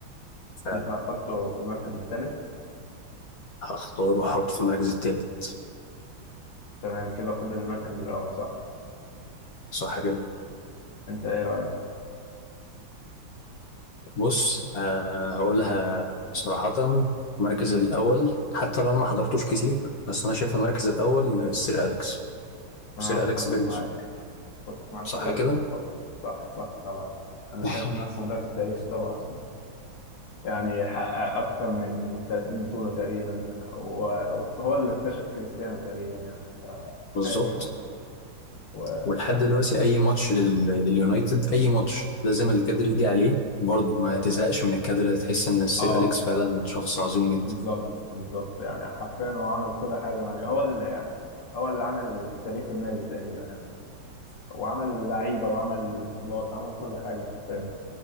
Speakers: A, on the left (about 60°); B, on the left (about 85°).
A: فعلا
B: انت هتحطه في المركز الثالث
A: هختار وأحط في المركز التالت
B: تمام كده فاضل المركز الاول صح
A: صح كده
B: انت ايه رايك
A: بص آه هقولها صراحة المركز الأول حتى لو أنا ما حضرتوش كتير بس أنا شايف المركز الأول السير أليكس
B: انا
A: سير
B: متفق
A: أليكس فيرجسون
B: معاك متفق معاك
A: صح
B: كل
A: كده؟
B: الاتفاق
A: <laughs>
B: صح صح طبعا انا
A: صح
B: شايف انه احسن مدرب في التاريخ طبعا <laughs> يعني حقق اكتر من 30 بطوله تقريبا وهو اللي اكتشف كريستيانو تقريبا يعني فكفايه
A: بالظبط
B: دي يعني و...
A: ولحد دلوقتي أي ماتش لل... لليونايتد أي ماتش لازم الكادر يجي عليه برضه ما
B: أيوة.
A: تزهقش من الكادر ده تحس إن السير
B: اه
A: أليكس فعلا شخص عظيم جدا
B: بالظبط بالظبط يعني حرفيا هو عمل كل حاجة مع النادي. هو اللي يعني هو اللي عمل تاريخ النادي تقريبا يعني وعمل لعيبة وعمل بطولات عمل كل حاجة حرفيا